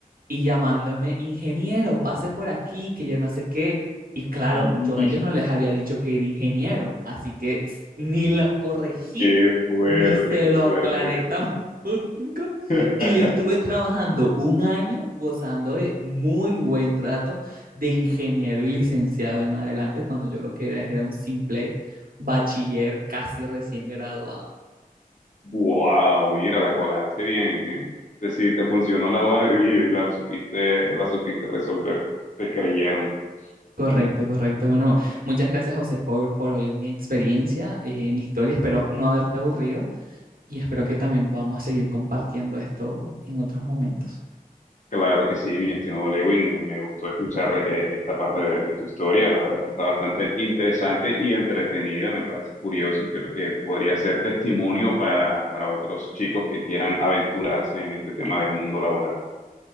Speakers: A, on the right (about 75°); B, on the left (about 55°).
A: Y llamándome, ingeniero, pase por aquí, que yo no sé qué. Y claro,
B: sí.
A: yo a ellos no les había dicho que era ingeniero, así que s- ni los corregí,
B: Qué fuerte,
A: ni se
B: qué
A: lo
B: fuerte.
A: aclaré tampoco. <laughs>
B: <laughs>
A: Y yo estuve trabajando un año gozando de muy buen trato de ingeniero y licenciado en adelante, cuando yo lo que era era un simple bachiller casi recién graduado.
B: Wow, mira, la colaste bien, ¿eh? Es decir, te funcionó la boda de vida y la supiste, la supiste resolver. Te creyeron.
A: Correcto,
B: <laughs>
A: correcto. Bueno, muchas gracias José por, por oír mi experiencia, eh, mi historia. Espero no haberte aburrido y espero que también podamos seguir compartiendo esto en otros momentos.
B: Claro que sí, mi estimado Lewin, me, me gustó escuchar eh, esta parte de, de tu historia. La verdad que está bastante interesante y entretenida, me parece curioso y creo que podría ser testimonio para, para otros chicos que quieran aventurarse en este tema del mundo laboral.